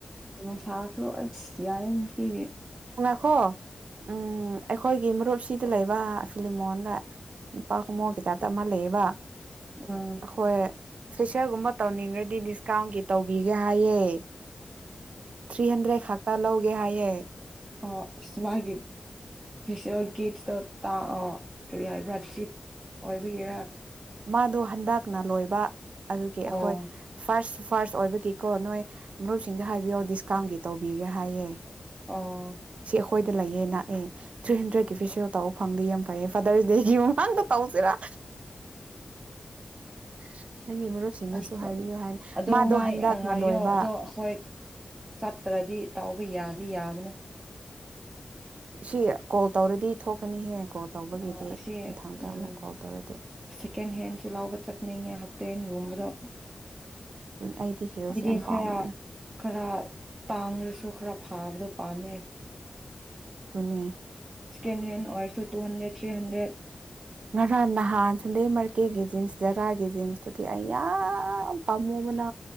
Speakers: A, on the right; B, on the right.
A: ꯎ ꯁꯁꯨ ꯂ ꯌꯥꯏꯌꯦ ꯉꯇꯤꯒꯦ
B: ꯍ ꯎꯝ ꯑꯩꯈꯣꯏꯒꯤꯃꯔꯣꯜ ꯁꯤꯗ ꯂꯩꯕ ꯐꯤꯂꯝ ꯃꯣꯜꯗ ꯅꯨꯄꯥ ꯀꯨꯝꯃꯣꯛ ꯍꯇꯥꯞꯇ ꯑꯃ ꯂꯩꯌꯦꯕ
A: ꯑꯥ
B: ꯍꯣꯏ ꯐꯦꯁꯤꯔꯒꯨꯝꯕ ꯇꯧꯅꯤꯡꯈ꯭ꯔꯗꯤ ꯗꯤꯁꯀꯥꯎꯟꯒꯤ ꯇꯧꯕꯤꯒꯦ ꯍꯥꯏꯌꯦ ꯊ꯭ꯔꯤ ꯍꯟꯗ꯭ꯔꯦꯠ ꯊꯥꯛꯇꯥ ꯂꯣ ꯦ ꯍꯥꯏꯌꯦꯦ
A: ꯑꯣ ꯁꯃꯒꯤꯁꯤꯒꯠ ꯇ ꯇ ꯑ ꯀꯔꯤ ꯍꯥꯏꯕ꯭ꯔ ꯆ ꯑꯣꯏꯕꯒꯔꯥ
B: ꯃꯥꯗꯨꯣ ꯍꯟꯗꯛꯅ ꯂꯣꯏꯕ ꯕ ꯑꯗꯨꯒꯤ
A: ꯑꯣ
B: ꯑꯈꯣꯏ ꯐꯥꯔꯁ ꯐꯥꯔꯁ ꯑꯣꯏꯕꯒꯤꯀꯣ ꯅꯣꯏ ꯃꯔꯨꯞꯁꯤꯡꯗ ꯍꯥꯏꯕꯤꯌꯣ ꯗꯤꯁꯀꯥꯎꯟꯒꯤ ꯇꯧꯕꯤꯒꯦ ꯍꯥꯏꯌꯦ
A: ꯑ
B: ꯁꯤ ꯑꯩꯈꯣꯏꯗ ꯂꯩꯌꯦ ꯅꯥꯛꯑꯦ ꯊ꯭ꯔꯤꯍꯟꯗ꯭ꯔꯦꯠꯀꯤ ꯐꯦꯁꯤꯌꯦꯜ ꯇꯧꯕ ꯐꯪꯗꯦ ꯌꯥꯝ ꯀꯥꯌꯦꯐ ꯐꯥꯗꯔꯁ ꯗꯦꯒꯤ ꯃꯃꯥꯡꯗ ꯇꯧꯁꯤꯔꯥ <inaudible> ꯃꯔꯨꯞꯁꯤꯡꯗꯁꯨ
A: ꯑꯁ
B: ꯍꯥꯏꯕꯤꯌꯨ ꯍꯥꯏꯅ
A: ꯑꯗꯣ
B: ꯃꯥꯗꯣ
A: ꯉꯥꯏ
B: ꯍꯟꯗꯛꯅ
A: ꯉꯥꯏꯌꯣ
B: ꯂꯣꯏꯕ
A: ꯑꯗꯣ ꯍꯣꯏ ꯆꯠꯇ꯭ꯔꯗꯤ ꯇꯥꯎꯕ ꯌꯥꯗꯤ ꯌꯥꯕꯅ
B: ꯁꯤ ꯀꯣꯜ ꯇꯧꯔꯗꯤ ꯊꯣꯛꯀꯅꯤꯍꯦ ꯀꯣꯜ ꯇꯧꯕꯒꯤꯗꯤ
A: ꯑ ꯑꯁꯤ
B: ꯃꯊꯪꯗ
A: ꯎꯝ
B: ꯑꯃꯨꯛ ꯀꯣꯜ ꯇꯧꯔꯗꯤ
A: ꯁꯦꯀꯦꯟ ꯍꯦꯟꯁꯨ ꯂꯥꯎꯕ ꯆꯠꯅꯤꯡꯉꯦ ꯍꯞꯄꯦꯟꯒꯨꯝꯕ ꯂ
B: ꯑꯗꯨꯅꯤ ꯑꯩꯗꯤ ꯍꯤꯜꯁ
A: ꯑꯗꯨꯗꯤ
B: ꯌꯥꯝ
A: ꯈꯔ
B: ꯄꯥꯝꯃꯦ
A: ꯈꯔ ꯇꯥꯡꯔꯁꯨ ꯊꯣ ꯈꯔꯥ ꯐꯥꯕꯗꯣ ꯄꯥꯝꯃꯦ
B: ꯄꯨꯅꯦ
A: ꯁꯀꯦꯟ ꯍꯦꯟ ꯑꯣꯏꯔꯁꯨ ꯇꯨ ꯍꯟꯗ꯭ꯔꯦꯠ ꯊ꯭ꯔꯤ ꯍꯟꯗ꯭ꯔꯦꯠ
B: ꯉꯔꯥꯡ ꯅꯍꯥꯟ ꯁꯟꯗꯦ ꯃꯥꯔꯀꯦꯒꯤ ꯖꯤꯟꯁ ꯖꯔꯥꯒꯤ ꯖꯤꯟꯁꯇꯨꯗꯤ ꯑꯩ ꯌꯥꯝ ꯄꯥꯝꯃꯨꯕꯅ